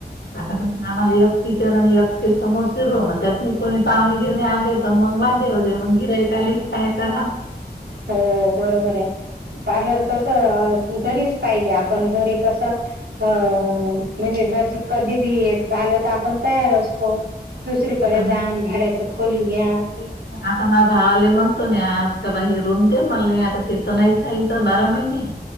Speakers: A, on the left; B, on the right.
A: आता पासून आम्हाला एक किचन आणि एक ते समोर रूम मग त्यात म कोणी पाहणे आले. तर मंग वांदे होते मंग <unintelligible> काय करा
B: हो बरोबर आहे. पार्लर कसं घरीच पाहिजे आपण घरी कसं अ म्हणजे घरची कधी बी आलं तर आपण तयार असतो. दुसरीकडे
A: आता
B: जान भाड्याच खोली घ्या
A: तेच आता म भावाले म्हणतो ना, आज का बाहेरून ते, म ले नई आता तिथं नाहीच तीथ बारा महिने.